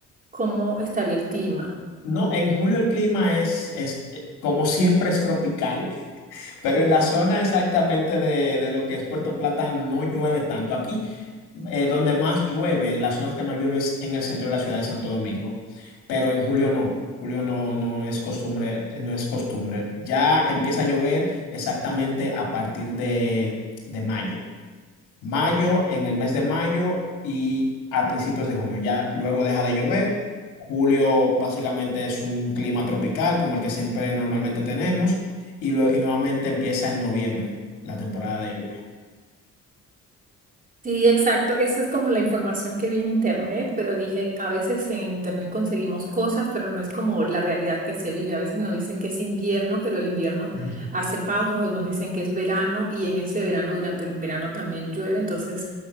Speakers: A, on the right; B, on the left.
A: ¿cómo estaría el clima?
B: No, en julio el clima es, es eh, como siempre, es tropical. Pero en la zona exactamente de, de lo que es Puerto Plata no llueve tanto. Aquí, eh, donde más llueve, las zonas que más llueve es en el centro de la ciudad de Santo Domingo. Pero en julio no. Julio no, no es costumbre, no es costumbre. Ya empieza a llover exactamente a partir de, de mayo mayo, en el mes de mayo y a principios de junio. Ya luego deja de llover. Julio básicamente es un clima tropical como el que siempre normalmente tenemos y, lue- y nuevamente empieza en noviembre la temporada de lluvia.
A: Sí, exacto. Esa es como la información que vi en internet, pero dije, a veces en el internet conseguimos cosas, pero no es como la realidad que se vive. A veces nos dicen que es invierno, pero el invierno
B: <laughs>
A: hace pausas, o nos dicen que es verano y en ese verano, durante el verano también llueve. Entonces